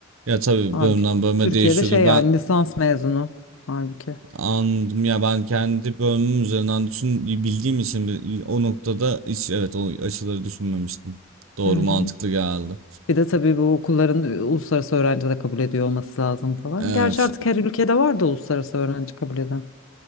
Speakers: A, on the right (about 80°); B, on the left (about 75°).
A: Ya tabii
B: Halbuki
A: bölümden bölüme
B: Türkiye'de
A: değişiyordur.
B: şey
A: Ben
B: yani lisans mezunu halbuki.
A: anladım ya ben kendi bölümüm üzerinden düşün bildiğim için bir- o noktada hiç evet o açıları düşünmemiştim. Doğru
B: Hı hı.
A: mantıklı geldi.
B: Bir de tabii bu okulların e, uluslararası öğrenci de kabul ediyor olması lazım falan.
A: Evet
B: Gerçi artık her ülkede var da uluslararası öğrenci kabul eden.